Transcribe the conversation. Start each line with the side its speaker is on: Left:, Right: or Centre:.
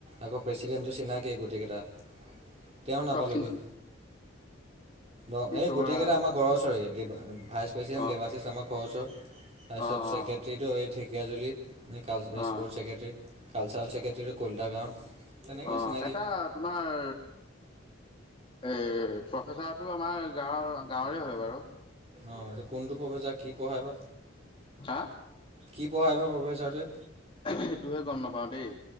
Right: আকৌ প্ৰেচিডেণ্টো চিনাকিয়েই গোটেইকেইটা। তেওঁ নাপালোগৈ,
Left: চব চিনি
Right: অ'
Left: কি
Right: এই
Left: ক'বা
Right: গোটেই কেইটা আমাক। ঘৰ ওচৰৰে দেৱা, ভাইচ প্ৰেচিডেণ্ট
Left: অ
Right: দেৱাশিস আমাৰ ঘৰ ওচৰ, তাৰপিছত
Left: অ
Right: ছেক্ৰেটৰী।
Left: অ
Right: টীটো, এই ঢেকীয়াজুলি
Left: অ
Right: স্পৰ্টছ ছেক্ৰেটেৰী কালচাৰেল ছেক্ৰেটৰীটো কলিতা গাঁৱৰ। তেনেকৈ
Left: অ'
Right: চিনাকি
Left: এটা তোমাৰ। এই প্ৰফেচাৰটো আমাৰ গাঁৱৰ গাঁৱৰে হয় বাৰু।
Right: অ এইটো কোনটো প্ৰফেছাৰ কি পঢ়াই বা?
Left: হা
Right: কি পঢ়া এইবাৰ প্ৰফেছাৰ টোৱে?
Left: সেইটোহে গম নাপাও দেই।